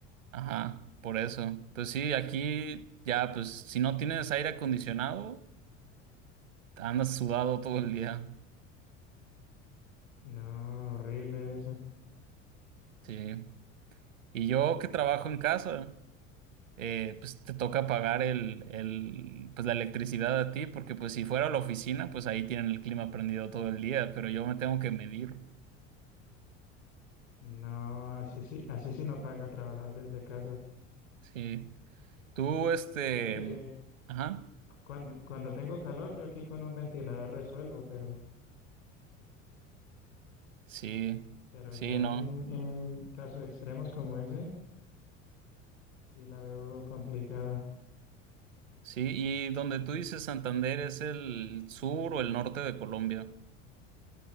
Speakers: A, on the right; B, on the left.
A: ajá, por eso. Pues sí, aquí ya, pues si no tienes aire acondicionado, andas sudado todo el día.
B: No, horrible eso.
A: Sí. Y yo que trabajo en casa, eh, pues te toca pagar el, el, pues la electricidad a ti, porque pues si fuera a la oficina, pues ahí tienen el clima prendido todo el día, pero yo me tengo que medir.
B: No, así sí, así sí no paga trabajar desde casa.
A: Sí. Tú, este,
B: Yo porque
A: ajá,
B: cuando, cuando tengo calor, yo aquí con un ventilador resuelvo, pero,
A: sí,
B: pero
A: sí,
B: ya
A: no.
B: en, en casos extremos como ese, sí la veo complicada.
A: Sí, y donde tú dices Santander es el sur o el norte de Colombia.